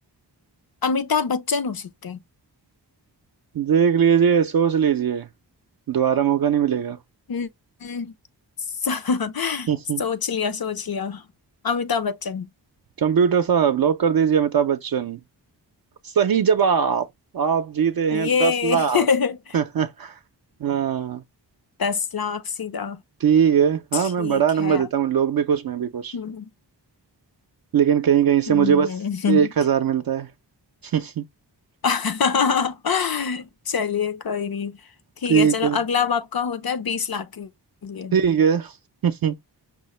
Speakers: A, on the left; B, on the right.
A: अमिताभ बच्चन हो सकते हैं
B: देख लीजिए सोच लीजिए दोबारा मौका नहीं मिलेगा
A: हम्म, हम्म, स- <laughs>
B: <laughs>
A: सोच लिया सोच लिया अमिताभ बच्चन
B: कंप्यूटर साहब लॉक कर दीजिए अमिताभ बच्चन सही जवाब आप जीते
A: ये
B: हैं दस लाख
A: <laughs>
B: <laughs> हाँ
A: दस लाख सीधा
B: ठीक है हाँ
A: ठीक
B: मैं बड़ा नंबर
A: है
B: देता हूँ लोग भी खुश मैं भी खुश
A: हम्म,
B: लेकिन कहीं कहीं से
A: हम्म,
B: मुझे
A: हम्म,
B: बस
A: हम्म। हम्म।
B: एक हजार मिलता है <laughs>
A: <laughs> चलिए कोई नहीं ठीक
B: ठीक
A: है चलो
B: है
A: अगला अब आपका होता है बीस लाख के लिए
B: ठीक है <laughs>